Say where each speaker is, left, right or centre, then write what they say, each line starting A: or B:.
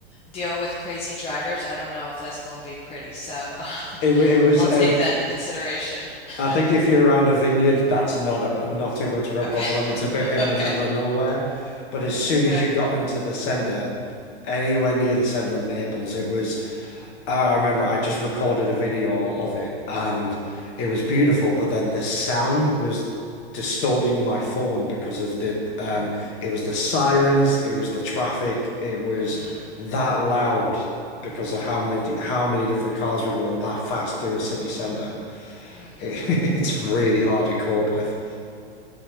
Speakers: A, on the left; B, on the left.
A: deal with crazy drivers, I don't know if that's going to be pretty. So <laughs> um,
B: It wa- it was
A: I'll
B: a
A: take that into consideration.
B: I
A: <laughs>
B: think if you're around a vineyard, that's not a not too much of a
A: Okay.
B: problem. It's a bit
A: <laughs>
B: in
A: Okay.
B: the middle of nowhere, but as soon
A: Okay.
B: as you got into the center, anywhere near the center of Naples, it was. I remember I just recorded a video of it, and it was beautiful. But then the sound was distorting my phone because of the um, it was the sirens, it was the traffic, it was
A: Mm,
B: that loud because of how many how many different cars were going that fast through a city center
A: mm-mm.
B: it- <laughs> it's really hard to cope with.